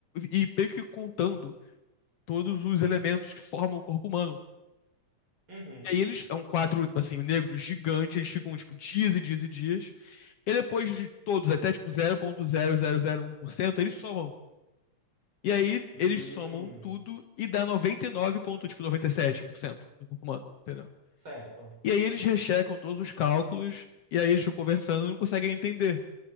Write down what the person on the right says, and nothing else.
Uhum.
Hum.
Certo.